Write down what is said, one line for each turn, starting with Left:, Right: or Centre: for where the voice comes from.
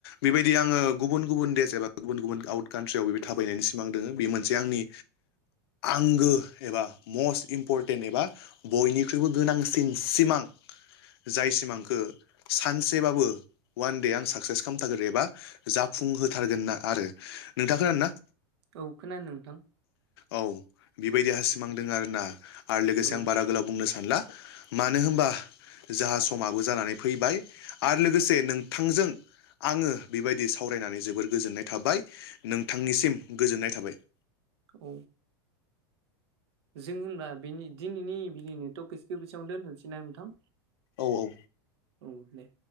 Left: बेबायदि आङो गुबुन गुबुन देश एबा गुबुन गुबुन आउट कान्ट्रियाव बे थाबायनायनि सिमां दोङो। बे मोन जे आंनि आंगो एबा मस इम्परटेन्ट एबा बयनिख्रुयबो गोनांसिन सिमां जाय सिमांखो सानसेबाबो अ'वान दे आं साक्सेस खालाम थारगोन एबा जाफुं होथारगोन ना आरो। नोंथां खोनादो ना?
Right: औ खोना नोंथां।
Left: औ बे बायदिहा सिमां दोङो आरो ना। आरो लोगोसे
Right: औ
Left: आं बारा गोलाव बुंनो सानला मानो होमबा जाहा समाबो जानानै फैबाय आरो लोगोसे नोंथांजों आङो बेबायदि सावरायनानै जोबोर गोजोननाय थाबाय। नोंथांनिसिम गोजोननाय थाबाय।
Right: औ जों होमबा बेनि दिनैनि बिनैनि टपिसखो बेसेयावनो दोनथ'नोसै ना नोंथां।
Left: औ औ
Right: औ दे।